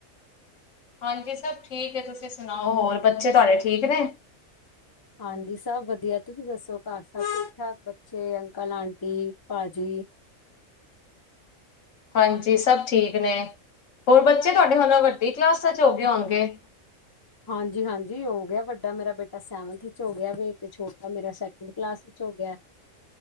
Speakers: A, on the left; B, on the left.
A: ਹਾਂਜੀ ਸਭ ਠੀਕ ਹੈ ਤੁਸੀਂ ਸੁਣਾਓ ਹੋਰ ਬੱਚੇ ਤੁਹਾਡੇ ਠੀਕ ਨੇ?
B: ਹਾਂਜੀ ਸਭ ਵਧੀਆ ਤੁਸੀਂ ਦੱਸੋ ਘਰ ਸਭ ਠੀਕ-ਠਾਕ ਬ ਚੇ ਅੰਕਲ, ਆਂਟੀ, ਭਾਜੀ।
A: ਹਾਂਜੀ ਸਭ ਠੀਕ ਨੇ, ਹੋਰ ਬੱਚੇ ਤੁਹਾਡੇ ਮਤਲਬ ਵੱਡੀ ਕਲਾਸਾਂ 'ਚ ਹੋ ਗਏ ਹੋਣਗੇ।
B: ਹਾਂਜੀ-ਹਾਂਜੀ ਹੋ ਗਿਆ ਵੱਡਾ ਮੇਰਾ ਬੇਟਾ ਸੈੰਵਨਥ ਵਿੱਚ ਹੋ ਗਿਆ ਵੇ ਤੇ ਛੋਟਾ ਮੇਰਾ ਸੈਕਿੰਡ ਕਲਾਸ ਵਿੱਚ ਹੋ ਗਿਆ।